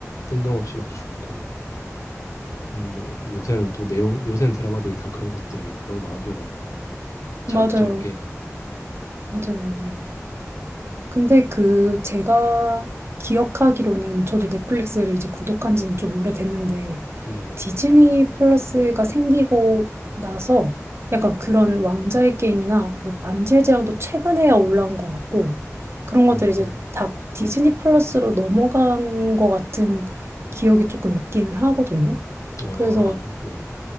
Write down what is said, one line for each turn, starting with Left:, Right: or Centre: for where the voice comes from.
Left: 뜬금없이 막 죽고 근데 요새는 또 내용 요새는 드라마들이 다 그런 것들이 너무 많아져가지고
Right: 맞아요.
Left: 자극적인 게
Right: 맞아요. 맞아요. 근데 그 제가 기억하기로는 저도 넷플릭스를 이제 구독한 지는 좀 오래됐는데
Left: 네네
Right: 디즈니 플러스가 생기고 나서 약간 그런 왕자의 게임이나 뭐 반지의 제왕도 최근에야 올라온 것 같고 그런 것들이
Left: 음.
Right: 이제 다 디즈니 플러스로 넘어간 것 같은 기억이 조금 있기는 하거든요.
Left: 아
Right: 그래서
Left: 아 네.